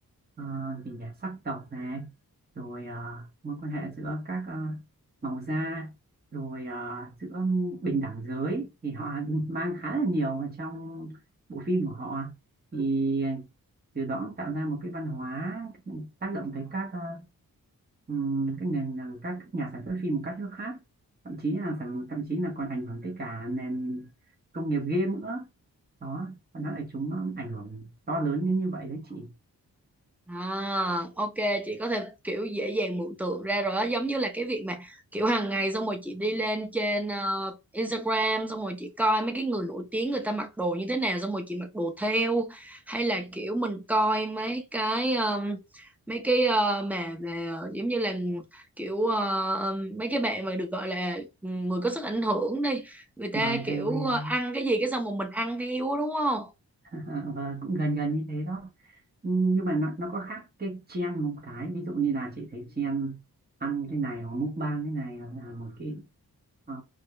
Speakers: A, on the right; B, in the centre.
A: ờ, tình cảm sắc tộc này rồi ờ, mối quan hệ giữa các ờ, màu da rồi ờ, giữa bình đẳng giới thì họ mang khá là nhiều vào trong bộ phim của họ thì từ đó cũng tạo ra một cái văn hóa tác động tới các ờ, Ừm, cái nền là các nhà sản xuất phim của các nước khác thậm chí là sản- thậm chí là còn ảnh hưởng tới cả nền công nghiệp game nữa đó nó lại chúng nó ảnh hưởng to lớn như như vậy đấy chị
B: À, ok chị có thể kiểu dễ dàng mường tượng ra rồi đó giống như là cái việc mà kiểu hàng ngày xong rồi chị đi lên trên ờ, Instagram xong rồi chị coi mấy cái người nổi tiếng người ta mặc đồ như thế nào xong rồi chị mặc đồ theo hay là kiểu mình coi mấy cái ờm, mấy cái ờ, mà về ờ, giống như là kiểu ờ, ờm, mấy cái bạn mà được gọi là ừ, người có sức ảnh hưởng đi người ta
A: vâng
B: kiểu
A: KOL
B: ờ, ăn cái gì cái xong rồi mình ăn theo á, đúng không?
A: <laughs> và cũng gần gần như thế đó nhưng mà nó, nó có khác cái trend một cái ví dụ như là chị thấy trend ăn cái này hoặc mukbang cái này hoặc là một cái Ờ,